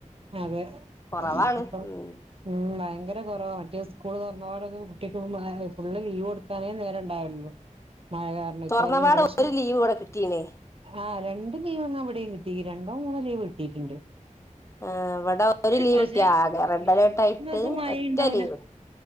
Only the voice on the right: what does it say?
അതെ
അപ്പ
ഉ ഉ ഭയങ്കര കൊറവ മറ്റേ ഉസ്കൂള് തുറന്നപടൊെ കുട്ടിക്ക് ഫുള്ള് ലീവ് കൊടുക്കാനേ നേരം ഉണ്ടാവലുള്ളു മയ കാരണം
ഇപ്പം
ആ രണ്ട് രണ്ട് ലീവ്ങ് എവിടെയും കിട്ടി രണ്ടോ മൂന്നോ ലീവ് കിട്ടിയിട്ടുണ്ട്
പക്ഷെ
ലീവ്
കൊടുക്കുന്നീസം
മഴയിണ്ടാവൂല